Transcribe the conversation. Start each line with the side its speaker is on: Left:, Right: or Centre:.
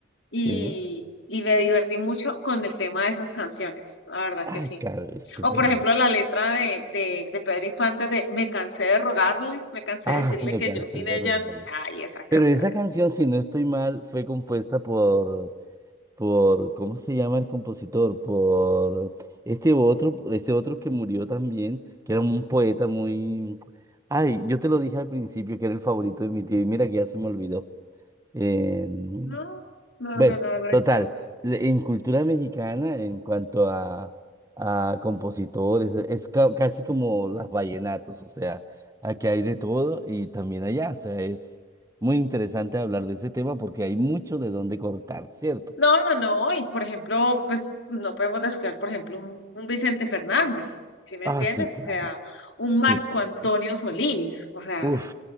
Left: y,
Right: Sí.
Left: y me divertí mucho con el tema de esas canciones, la verdad
Right: Ay,
Left: que sí.
Right: claro, estupendo.
Left: O por ejemplo la letra de, de, de Pedro Infante de Me cansé de rogarle, me cansé
Right: Ah,
Left: de decirle
Right: <laughs> me
Left: que
Right: cansé
Left: yo sin
Right: de
Left: ella,
Right: rogarme.
Left: ay, esa canción
Right: Pero esa
Left: es...
Right: canción, si no estoy mal, fue compuesta por, por, ¿cómo se llama el compositor? Por este otro, este otro que murió también, que era un poeta muy... Ay, yo te lo dije al principio que era el favorito de mi tío y mira que ya se me olvidó. Em,
Left: No, no,
Right: bueno,
Left: no, no no recuerdo.
Right: total, le- en cultura mexicana, en cuanto a, a compositores, e- es ca- casi como las vallenatos, o sea, aquí hay de todo y también allá, o sea, es muy interesante hablar de ese tema porque hay mucho de dónde cortar, ¿cierto?
Left: No, no, no, y por ejemplo, pues no podemos descuidar, por ejemplo, un, un Vicente Fernández, ¿sí me
Right: Ah,
Left: entiendes?
Right: sí, claro.
Left: O sea, un Marco
Right: Sí, sí.
Left: Antonio Solís, o sea,
Right: Uf,